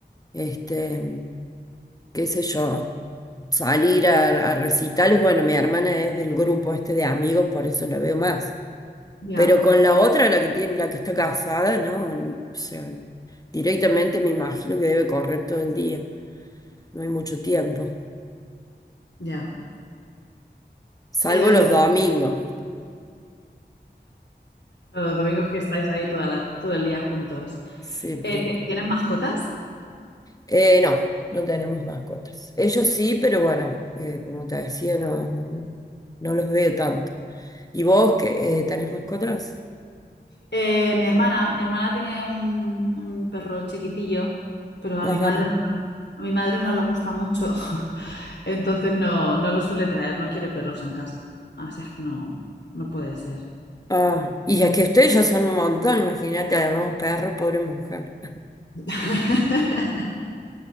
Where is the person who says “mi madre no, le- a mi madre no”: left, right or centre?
Left